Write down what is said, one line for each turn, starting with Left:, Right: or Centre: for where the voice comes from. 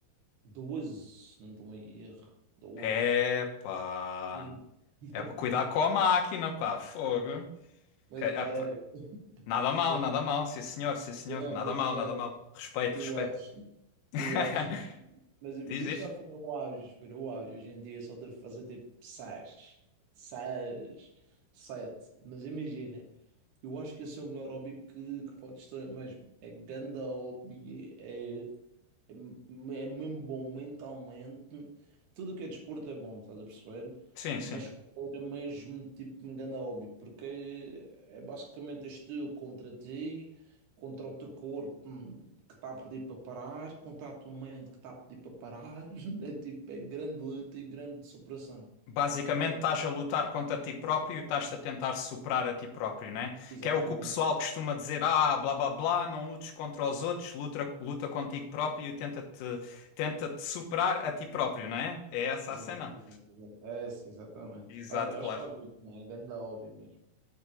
Right: doze não estou em erro. doze
Left: Epá!
Right: Sim. <laughs>
Left: Epá, Cuidado com a máquina, pá, fogo!
Right: Mas
Left: Que- epá,
Right: espera,
Left: Nada mal,
Right: mas,
Left: nada mal, sim senhor, sim senhor,
Right: é,
Left: nada
Right: mas
Left: mal,
Right: espera,
Left: nada mal. Respeito,
Right: eu
Left: respeito.
Right: acho,
Left: <laughs>
Right: eu acho, mas
Left: Diz,
Right: isso
Left: diz?
Right: já foi no auge, foi no auge. Hoje em dia só deve fazer tipo seis seis sete Mas imagina, eu acho que esse é o melhor hobby que, que podes ter mas É ganda hobby, é É, me- é mesmo bom mentalmente. Tudo o que é desporto é bom, estás a perceber?
Left: Sim, sim.
Right: Mas correr é mesmo tipo um grande hobby, porque é basicamente és tu contra ti, contra o teu corpo hum, que está a pedir para parar, contra a tua mente que está a pedir para parar. <laughs> É tipo, é grande luta e grande superação,
Left: Basicamente,
Right: sabe?
Left: estás a lutar contra ti próprio e estás-te a tentar superar a ti próprio, né?
Right: Exatamente.
Left: Que é o que o pessoal costuma dizer: ah, blá blá blá, não lutes contra os outros, luta, luta contigo próprio e tenta-te tenta-te superar a ti próprio, não é? É essa
Right: Exato,
Left: a cena.
Right: exato, exato. Essa, exatamente.
Left: Exato,
Right: Olha,
Left: claro.
Right: acho que faz muito bem, é grande hobby mesmo.